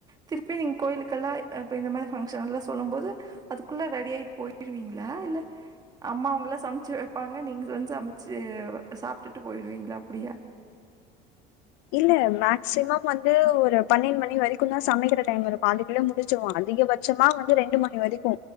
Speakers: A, on the right (about 20°); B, on the left (about 70°).
A: திருப்பி நீங்க கோயிலுக்கல்லா இப்போ இந்த மாரி ஃபங்க்ஷன் லா சொல்லம் போது அதுக்குள்ள ரெடியா யிட்டு போயிருவீங்களா இல்ல அம்மா அவங்கள சமச்சி வைப்பாங்க நீங்கள் வந்து சமச்சி சாப்பிட்டுட்டு போயிடுவீங்களா அப்டியா
B: இல்ல மேஸ்சிமம் வந்து ஒரு பன்னெண்டு மணி வரைக்கு தா சமைக்கிற டைம் இருக்கோ அதுக் இல்ல முடிச்சிர்வோ அதிகபட்சமா வந்து ரெண்டு மணி வரிக்கு